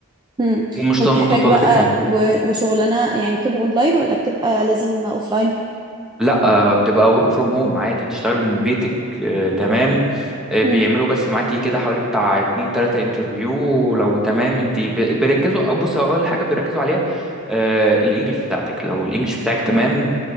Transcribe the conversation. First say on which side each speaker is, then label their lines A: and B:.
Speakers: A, on the right; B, in the centre.
A: مم.
B: ومش
A: وبتحتاج
B: متطلبين
A: بقى
B: حاجه
A: و- وشغلانة يعني بتبقى اونلاين ولا بتبقى لازم اوفلاين
B: لا آه، بتبقى ورك فروم هوم عادي تشتغلي من بيتك آه، تمام آه، بيعملوا
A: مم.
B: بس معاكي كده حوالي بتاع اتنين تلاتة انترفيو ولو تمام انت ب- بيركزوا او بص اول حاجة بيركزوا عليها آه الانجليش بتاعتك لو الانجليش بتاعك تمام
A: مم.